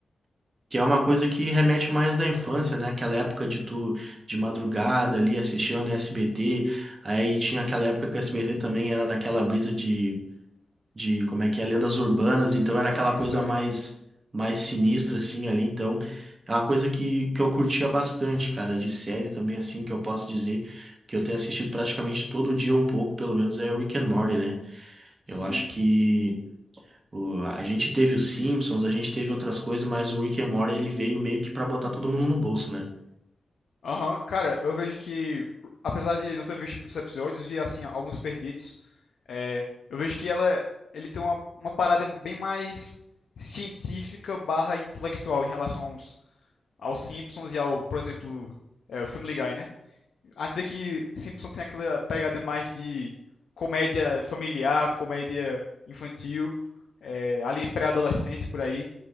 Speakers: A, on the right; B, on the left.
A: Que é uma coisa que remete mais da infância, né? Aquela época de tu, de madrugada ali, assistindo SBT. Aí tinha aquela época que o SBT também era daquela brisa de de como é que é, lendas urbanas, então era aquela
B: Hum,
A: coisa
B: sei.
A: mais mais sinistra assim ali, então é uma coisa que, que eu curtia bastante, cara, de série também assim, que eu posso dizer que eu tenho assistido praticamente todo dia um pouco, pelo menos é Rick and Morty, né?
B: Sim.
A: Eu acho que o- a gente teve os Simpsons, a gente teve outras coisas, mas o Rick and Morty ele veio meio que pra botar todo mundo no bolso, né?
B: Aham, Cara, eu vejo que, apesar de não ter visto muitos episódios, vi, assim, alguns perdidos. é, eu vejo que ela, ele tem uma, uma parada bem mais científica barra intelectual em relação aos, aos Simpsons e ao, por exemplo, é, o Family Guy, né? A gente vê que Simpson tem aquela pegada mais de comédia familiar, comédia infantil, é, ali pré-adolescente por aí.